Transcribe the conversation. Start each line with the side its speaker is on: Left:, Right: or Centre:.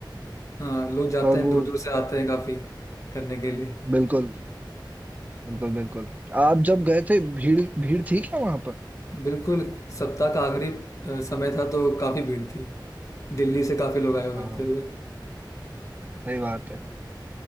Left: हाँ लोग जाते
Right: और
Left: हैं
Right: वो
Left: दूर दूर से आते हैं काफ़ी करने के लिए
Right: बिल्कुल, बिल्कुल, बिल्कुल। आप जब गए थे भीड़ भीड़ थी क्या वहाँ पर?
Left: बिल्कुल सप्ताह का आखिरी अ, समय था तो काफ़ी भीड़ थी दिल्ली से काफी लोग आए हुए
Right: हाँ,
Left: थे उधर
Right: सही बात है।